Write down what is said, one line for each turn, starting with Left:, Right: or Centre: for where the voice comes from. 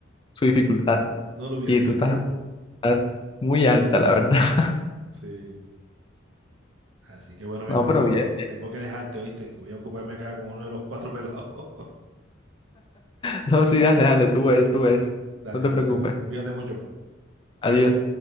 Left: su dificultad
Right: No lo hubiese
Left: y tú
Right: creído.
Left: estás en una edad muy alta, la verdad. <laughs>
Right: Sí. Así que bueno, mi
Left: No,
Right: hermanito,
Left: pero bien.
Right: tengo que dejarte, ¿oíste? Que voy a ocuparme acá con uno de los cuatro pelados. <laughs>
Left: No, sí, dale, dale, tú ves, tú ves.
Right: Dale,
Left: No te
Right: mi hermanito.
Left: preocupes.
Right: Cuídate mucho. Bye.
Left: Adiós.